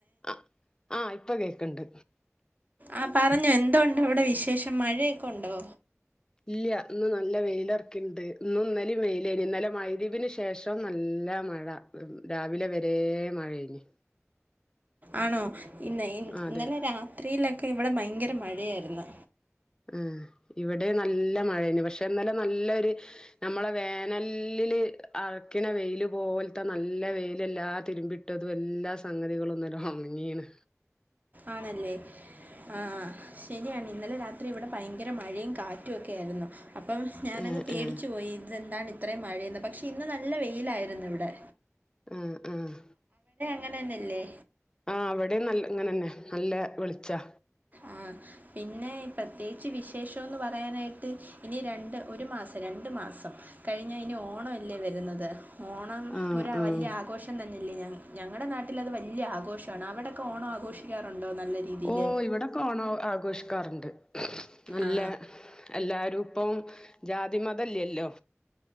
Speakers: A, on the left; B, on the right.
A: ആ ആഹ് ഇപ്പൊ കേക്കണ്ട്.
B: ആഹ് പറഞ്ഞോ എന്തോ ഒണ്ട് അവിടെ വിശേഷം മഴയൊക്കെ ഉണ്ടോ?
A: ഇല്ല്യ ഇന്ന് നല്ല വെയിലെറക്കിണ്ട് ഇന്നും ഇന്നലേം വെയിലേഞ് ഇന്നലെ മഗ്‌രിബ് ന് ശേഷം നല്ല മഴ രാവിലെ വരെ മഴേനി.
B: ആണോ ഇന്നെ ഇന്നലെ
A: അതെ
B: രാത്രീലോക്കെ ഇവടെ ഭയങ്കര മഴയായിര്ന്ന്.
A: ആഹ് ഇവടെ നല്ല മഴേയ്ന്നു. പക്ഷെ ഇന്നലെ നല്ലൊരു നമ്മളെ വേനൽ ല്ലില് അറിക്ക്ണ വെയ്ല് പോൽത്ത നല്ല വെയ്ലെല്ലാ തിര്മ്പിട്ടതു എല്ലാ സംഗതികളുന്നലെ ഒൺങ്ങീണ്.
B: ആണല്ലേ ആഹ് ശെര്യാണ് ഇന്നലെ രാത്രി ത്രി ഇവടെ ഭയങ്കര മഴേം കാറ്റൊക്കായിര്ന്നു. അപ്പം ഞാനങ്ങ്
A: ഏഹ്
B: പേടിച്ചു
A: ഏഹ്
B: പോയി ഇതെന്താണ് അത്രേം മഴേന്ന് പക്ഷെ ഇന്ന് നല്ല വെയ്ലായിര്ന്നു ഇവിടെ
A: ആഹ് ആഹ്
B: അങ്ങനെന്നെല്ലേ
A: ആഹ് അവടേം നൽ ഇങ്ങനെന്നെ നല്ല വെളിച്ചാ
B: ആഹ് പിന്നെ പ്രത്യേച്ച് വിശേഷോന്ന് പർ പറയാനായ്ട്ട് ഇനി രണ്ട് ഒര് മാസം രണ്ട് മാസം കഴിഞ്ഞാ ഇനി ഓണോല്ലേ വര്ന്നത് ഓണം
A: ആഹ്
B: ഒര്
A: ആഹ്
B: വല്ല്യേ ആഘോഷം തന്നെല്ലേ ഞങ്ങ ഞങ്ങളടെ നാട്ടിലത് വല്ല്യേ ആഘോഷാണ്. അവടക്കെ ഓണം ആഘോഷിക്കാറ്ണ്ടോ നല്ല രീതീയില്
A: ഓഹ് ഇവിടൊക്കെ ഓണം ആഘോഷിക്കാറ്ണ്ട് നല്ല
B: ആ
A: എല്ലാരും ഇപ്പം ജാതിമതല്ലല്ലോ